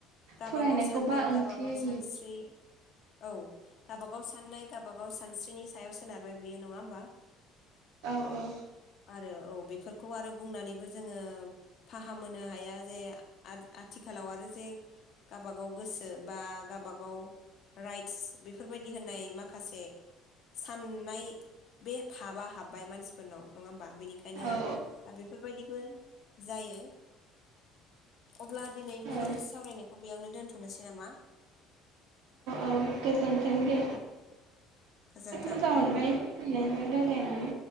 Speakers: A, on the left (about 60°); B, on the right (about 80°).
A: गाबागाव
B: फरायनायखौ
A: साननाय
B: बा
A: गाबागाव
B: ओंथि होयि
A: सानस्रि औ गाबागाव साननाय गाब गावबागाव सानस्रिनि सायाव सोनारबाय बेयो नङा होमबा
B: औ-औ
A: आरो औ बेफोरखौ आरो बुंनानैबो जोङो फाहामहोनो हाया जे आ आथिखालाव आरो जे गाबागाव गोसो बा गाबागाव राइट्स बेफोरबायदि होननाय माखासे साननाय बे बाबा हाब्बाय मानसिफोरनाव नङा होमबा बेनिखायनो
B: औ
A: दा बेफोरबायदिबो जायो अब्ला दिनैनि
B: औ
A: सावरायनायखौ बेयावनो दोनथ'नोसै नामा
B: औ गोजोनथों दे
A: गोजोन्थों
B: मोजां मोनबाय नोंजों राय्लायनानै